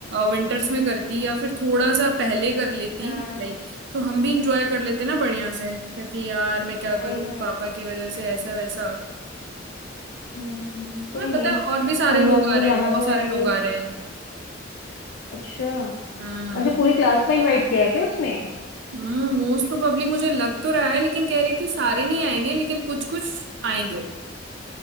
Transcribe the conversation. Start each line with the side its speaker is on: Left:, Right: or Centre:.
Right: विंटर्स में करती या फिर थोड़ा सा पहले कर लेती
Left: हाँ
Right: लाइक तो हम भी इंजॉय कर लेते ना बढ़िया से कहती यार मैं क्या
Left: वही
Right: करूँ
Left: ना यार
Right: पापा की वजह से ऐसा वैसा
Left: हम्म,
Right: तुम्हें
Left: कोई नहीं
Right: पता है और भी सारे
Left: हम
Right: लोग
Left: लोगों
Right: आ
Left: को
Right: रहे
Left: जाना
Right: हैं बहुत
Left: तो
Right: सारे
Left: है
Right: लोग
Left: ही
Right: आ रहे हैं
Left: अच्छा
Right: हाँ
Left: अच्छा पूरी क्लास को इनवाइट किया है क्या उसने
Right: हम्म मोस्ट प्रोबेबली मुझे लग तो रहा है लेकिन कह रही थी सारे नहीं आएंगे लेकिन कुछ कुछ आएंगे